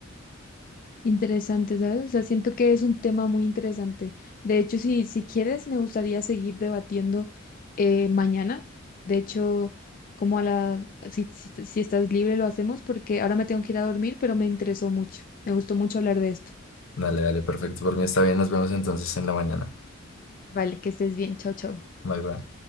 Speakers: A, on the left; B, on the left.
A: Interesante, ¿sabes? O sea, siento que es un tema muy interesante. De hecho, si, si quieres, me gustaría seguir debatiendo eh, mañana. De hecho, como a la, si, si, si estás libre, lo hacemos porque ahora me tengo que ir a dormir, pero me interesó mucho. Me gustó mucho hablar de esto.
B: Dale, dale, perfecto. Por mí está bien, nos vemos entonces en la mañana.
A: Vale, que estés bien. Chao, chao.
B: Bye, bye.